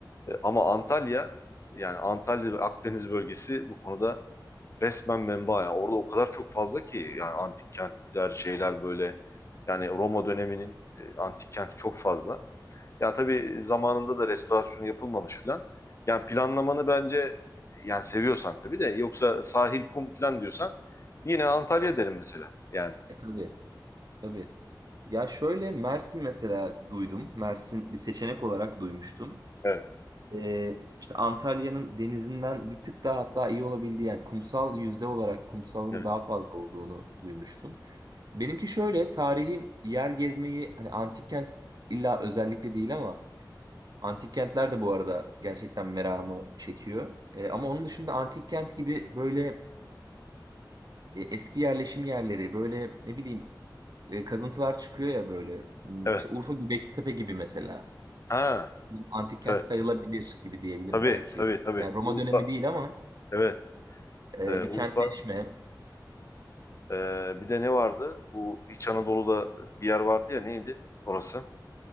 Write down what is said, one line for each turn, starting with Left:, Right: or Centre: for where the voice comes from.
Left: E, ama Antalya yani Antalya ve Akdeniz bölgesi bu konuda resmen menba. Yani orada o kadar çok fazla ki yani antik kentler şeyler böyle yani Roma döneminin e, antik kenti çok fazla. Ya tabii zamanında da restorasyon yapılmamış filan. Yani planlamanı bence yani seviyorsan tabii de yoksa sahil kum filan diyorsan yine Antalya derim mesela. Yani
Right: E tabii, tabii. Ya şöyle Mersin mesela duydum. Mersin bir seçenek olarak duymuştum.
Left: evet.
Right: Ee, işte Antalya'nın denizinden bir tık daha hatta iyi olabildiği yani kumsal yüzde olarak kumsalın
Left: Evet.
Right: daha fazla olduğunu duymuştum. Benimki şöyle tarihi yer gezmeyi hani antik kent illa özellikle değil ama Antik kentler de bu arada gerçekten meramı çekiyor. E, ama onun dışında antik kent gibi böyle e, eski yerleşim yerleri, böyle ne bileyim e, kazıntılar çıkıyor ya böyle. Hmm,
Left: evet.
Right: İşte Urfa Göbekli Tepe gibi mesela.
Left: Ha,
Right: Antik kent
Left: evet.
Right: sayılabilir gibi diyebilirim
Left: Tabii
Right: belki.
Left: tabii tabii.
Right: Yani Roma
Left: Urfa
Right: dönemi değil ama
Left: evet.
Right: e,
Left: E,
Right: bir
Left: Urfa
Right: kentleşme.
Left: Ee, bir de ne vardı? Bu İç Anadolu'da e, bir yer vardı ya neydi orası?